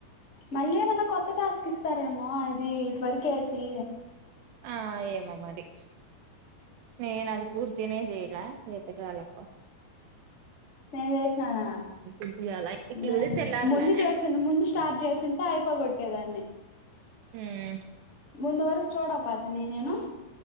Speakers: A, on the left (about 75°); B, on the right (about 80°).
A: మళ్ళీ ఏమన్నా కొత్త టాస్క్ ఇస్తారేమో అది ఇటు వర్కేసి
B: ఆ ఏమో మరి నేనది పూర్తినే చేయ్లా ఏత్తే చాలప్ప
A: నేన్ చేస్నానా
B: ఇయ్యాల ఇలుగుతే
A: నెనా
B: తెల్లార్లే
A: ముందు చేసు ముందు స్టార్ట్ చేసుంటే అయిపోగొట్టేదాన్ని
B: హ్మ్మ్
A: ముందు వరకు చూడ నేను